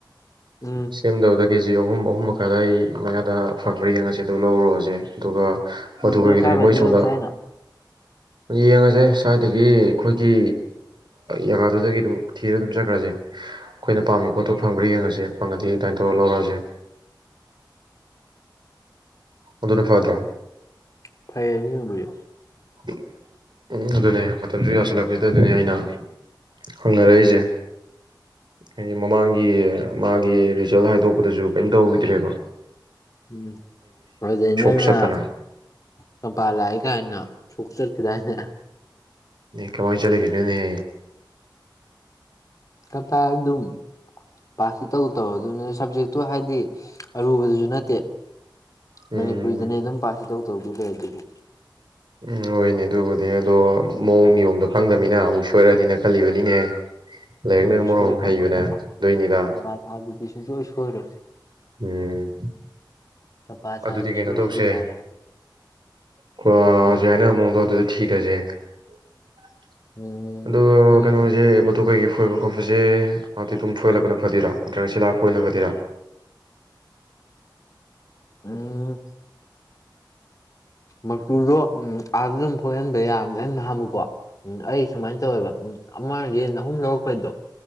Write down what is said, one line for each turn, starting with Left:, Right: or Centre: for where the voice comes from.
Left: ꯎꯝ
Right: ꯁꯦꯝꯗꯕꯗ ꯀꯦꯖꯤ ꯑꯍꯨꯝ ꯑꯍꯨꯝ ꯃꯈꯥꯏ ꯑꯗꯥꯏ ꯃꯌꯥꯗ ꯐꯪꯕ꯭ꯔꯥ ꯌꯦꯡꯉꯁꯤ ꯑꯗꯨ ꯂꯧꯔꯨꯔꯥꯁꯦ ꯑꯗꯨꯒ ꯃꯗꯨ
Left: ꯗꯔꯀꯥꯔ
Right: <unintelligible> ꯃꯣꯏ
Left: ꯑꯣꯏꯗꯤ
Right: ꯁꯣꯝꯗ
Left: ꯂꯧꯖꯦ ꯍꯥꯏꯅ
Right: ꯌꯦꯡꯉꯁꯦ ꯁ꯭ꯋꯥꯏꯗꯒꯤ ꯑꯈꯣꯏꯒꯤ ꯖꯒꯥꯗꯨꯗꯒꯤ ꯑꯗꯨꯝ ꯊꯤꯔꯒ ꯑꯗꯨꯝ ꯆꯠꯈ꯭ꯔꯁꯦ ꯑꯩꯈꯣꯏꯅ ꯄꯥꯝꯃꯤ ꯄꯣꯠꯇꯣ ꯐꯪꯕ꯭ꯔꯥ ꯌꯦꯡꯉꯁꯦ ꯐꯪꯉꯗꯤ ꯑꯗꯨꯃꯥꯏꯅ ꯇꯧꯔ ꯂꯧꯔꯛꯑꯁꯦ ꯑꯗꯨꯅ ꯐꯗꯔꯣ
Left: <unintelligible>
Right: <unintelligible> ꯎꯝ ꯑꯗꯨꯅꯦ ꯃꯇꯝꯁꯨꯨ ꯌꯥꯁꯤꯜꯂꯛꯄꯁꯤꯗ ꯑꯗꯨꯅꯤ ꯑꯩꯅ ꯍꯪꯅꯔꯛꯏꯁꯦ ꯍꯥꯏꯗꯤ ꯃꯃꯥꯡꯒꯤ ꯃꯥꯒꯤ ꯔꯤꯖꯜꯠ ꯍꯥꯏꯗꯣꯛꯄꯗꯁꯨ ꯀꯔꯤꯝ ꯇꯧꯈꯤꯗ꯭ꯔꯦꯕꯣ
Left: ꯎꯝ ꯑꯗꯨꯗꯩ ꯅꯪꯅ
Right: ꯆꯠꯇꯅ
Left: ꯀꯝꯄꯥ ꯂꯥꯛꯏ ꯀꯥꯏꯅ ꯁꯣꯛ ꯆꯠꯈꯤꯗꯥꯏꯅꯦ
Right: ꯀꯃꯥꯏ ꯆꯠꯂꯣꯏꯗꯣꯏꯅꯣꯅꯦ
Left: ꯀꯝꯄꯥ ꯑꯗꯨꯝ ꯄꯥꯁꯇꯤ ꯏꯇꯧ ꯇꯧ ꯔꯗꯨꯕꯨ ꯁꯕꯖꯦꯛꯇꯣ ꯍꯥꯏꯕꯗꯤ ꯑꯔꯨꯕꯗꯁꯨ ꯅꯠꯇꯦ
Right: ꯎꯝ
Left: ꯃꯅꯤꯄꯨꯔꯤꯗꯅꯦ ꯑꯗꯨꯝ ꯄꯥꯁ ꯏꯇꯧ ꯇꯧꯗꯣ ꯂꯩꯔꯗꯨꯕꯨ
Right: ꯎꯝ ꯍꯣꯏꯅꯦ ꯑꯗꯨꯕꯨꯗꯤ ꯑꯗꯣ ꯃꯑꯣꯡ ꯅꯤꯌꯣꯝꯗ ꯈꯪꯗꯃꯤꯅ ꯑꯃꯨꯛ ꯁꯣꯏꯔꯛꯑꯗꯤꯅ ꯈꯜꯂꯤꯕꯅꯤꯅꯦꯍ ꯂꯥꯏꯔꯤꯛꯅꯒ
Left: ꯁꯣꯏꯗ ꯁꯣꯏꯔꯦ
Right: ꯃꯔꯣꯟꯃꯥ
Left: ꯀꯝꯄꯥ
Right: ꯍꯩꯕꯅꯦ
Left: ꯀꯝꯄꯥ
Right: ꯑꯗꯨꯏꯅꯤꯗ
Left: ꯀꯝꯄꯥ ꯊꯥꯕꯗꯨꯗꯤ ꯁꯨꯡꯁꯣꯏ ꯁꯣꯏꯔꯣꯏ꯫
Right: ꯎꯝ
Left: ꯀꯝꯄꯥ ꯊꯥꯕꯗꯨ
Right: ꯑꯗꯨꯗꯤ ꯀꯩꯅꯣ
Left: ꯁꯣꯏꯔꯗꯤ
Right: ꯇꯧꯁꯦ
Left: ꯌꯥꯔꯦ
Right: <unintelligible> ꯍꯧꯖꯤꯛ
Left: ꯀꯩ
Right: ꯍꯥꯏꯅꯔꯝꯕ ꯃꯑꯣꯡ ꯗꯣ <unintelligible>
Left: ꯎꯝ
Right: ꯑꯗꯨ
Left: ꯎꯝ
Right: ꯀꯩꯅꯣꯖꯦ ꯃꯇꯨ ꯀꯩ ꯐꯣꯏꯕ ꯈꯣꯠꯄꯁꯦ <unintelligible> ꯑꯗꯨꯨꯝ ꯐꯣꯏꯍꯜꯂꯛꯄꯅ ꯐꯗꯣꯏꯔꯥ ꯅꯠꯇ꯭ꯔꯒ ꯁꯤꯂꯥꯛ ꯑꯒ ꯐꯣꯏꯕꯅ ꯐꯗꯣꯏꯔ
Left: ꯎꯝ ꯃꯇꯨꯗꯣ ꯎꯝ ꯑꯥꯗ ꯑꯗꯨꯝ ꯐꯣꯏꯍꯟꯕ ꯌꯥꯕꯅꯤ <unintelligible> ꯎꯝ ꯑꯩ ꯁꯨꯃꯥꯏꯅ ꯇꯧꯋꯦꯕ ꯎꯝ ꯑꯃ ꯌꯦꯟ ꯑꯍꯨꯝ ꯂꯧꯔꯛꯄꯩꯗꯣ